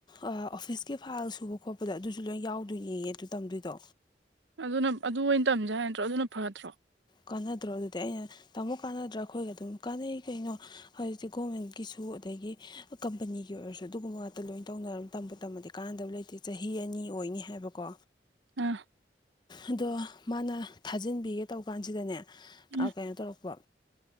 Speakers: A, on the left (about 25°); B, on the right (about 85°).
A: ꯑꯥ ꯑꯣꯐꯤꯁ ꯀꯤ ꯐꯥꯏꯜ ꯁꯨꯕ ꯈꯣꯠꯄꯗ ꯑꯗꯨꯁꯨ ꯂꯣꯏ ꯌꯥꯎꯗꯣꯏꯅꯦꯌꯦ ꯑꯗꯨ ꯇꯝꯗꯣꯏꯗꯣ
B: ꯑꯗꯨꯅ ꯑꯗꯨ ꯑꯣꯏꯅ ꯇꯝꯁꯦ ꯍꯥꯏ ꯅꯠꯇ꯭ꯔꯣ ꯑꯗꯨꯅ ꯐꯠꯇ꯭ꯔꯣ
A: ꯀꯥꯟꯅꯗ꯭ꯔꯣ ꯑꯗꯨꯗꯤ ꯑꯩꯅ ꯇꯥꯃꯣ ꯀꯥꯟꯅꯗ꯭ꯔꯥ ꯑꯩꯈꯣꯏꯒ ꯑꯗꯨꯝ ꯀꯥꯟꯅꯩ ꯀꯩꯅꯣ ꯍꯧꯖꯤꯛꯇꯤ ꯒꯣꯔꯃꯦꯟꯒꯤꯁꯨ ꯑꯗꯒꯤ ꯀꯝꯄꯅꯤꯒꯤ ꯑꯣꯏꯔꯁꯨ ꯑꯗꯨꯒꯨꯝꯕ ꯉꯥꯛꯇ ꯂꯣꯏ ꯇꯧꯅꯔꯝ ꯇꯝꯕꯨ ꯇꯝꯃꯗꯤ ꯀꯥꯟꯅꯗꯕ ꯂꯩꯇꯦ ꯆꯍꯤ ꯑꯅꯤ ꯑꯣꯏꯅꯤ ꯍꯥꯏꯕꯀꯣ
B: ꯑꯝ
A: ꯑꯗꯣ ꯃꯥꯅ ꯊꯥꯖꯤꯟꯕꯤꯒꯦ ꯇꯧꯕ ꯀꯥꯟꯁꯤꯗꯅꯦ
B: ꯎꯝ
A: ꯀꯩꯅꯣ ꯇꯧꯔꯛꯄ